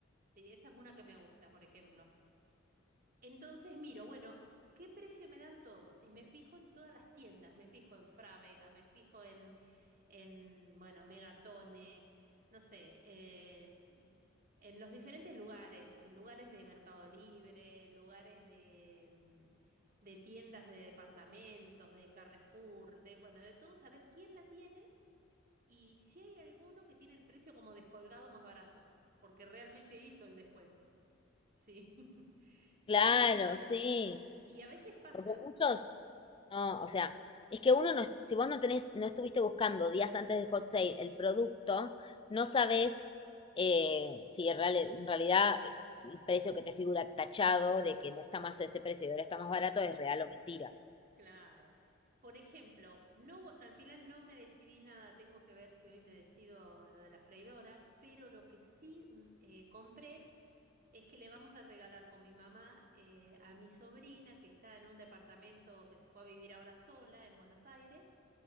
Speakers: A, on the right; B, on the left.
A: Sí, esa es una que me gusta, por ejemplo. Entonces miro, bueno, ¿qué precio me dan todos? Y me fijo en todas las tiendas, me fijo en Frávega, me fijo en en, bueno, Megatone, no sé, em, en los diferentes lugares, lugares de Mercado Libre, lugares de, mm, de tiendas de departamentos, de Carrefour, de, bueno, de todo, saber quién la tiene y si hay alguno que tiene el precio como descolgado más barato, porque realmente hizo el descuento. Sí. <laughs>
B: Claro,
A: Y,
B: sí.
A: y a veces pasa.
B: Porque muchos, no, o sea, es que uno no, es- si vos no tenés, no estuviste buscando días antes del hot sale el producto, no sabés eh, si en real- en realidad eh, el precio que te figura tachado de que no está más ese precio y ahora está más barato es real o mentira.
A: Claro. Por ejemplo, no, vo- al final no me decidí nada, tengo que ver si hoy me decido lo de la freidora, pero lo que sí mm, eh, compré es que le vamos a regalar con mi mamá eh, a mi sobrina que está en un departamento que se fue a vivir ahora sola en Buenos Aires.